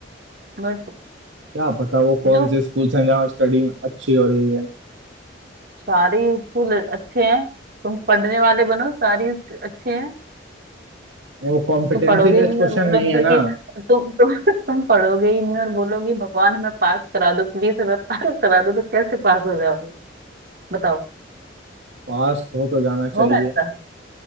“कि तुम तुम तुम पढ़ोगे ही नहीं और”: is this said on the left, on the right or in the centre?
Right